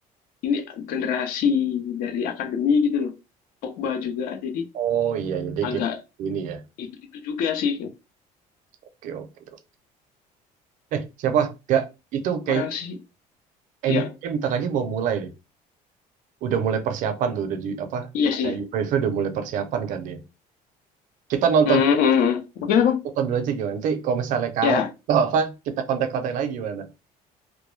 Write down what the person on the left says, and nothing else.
ini generasi dari akademi gitu loh. Pogba juga jadi
agak
itu itu juga sih
orang sih ya
iya
sih
hmm,
hmm, hmm. Oke lah bang
ya